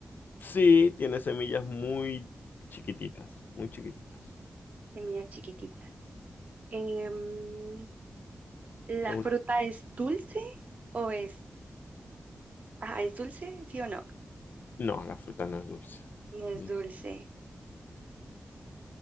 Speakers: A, on the left; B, on the right.
A: Sí, tiene semillas muy chiquititas, muy chiquititas.
B: Semillas chiquititas. Em, ¿la
A: Es una-
B: fruta es dulce o es... Ah, ¿es dulce? ¿Sí o no?
A: No, la fruta no es dulce.
B: No es
A: Mm.
B: dulce.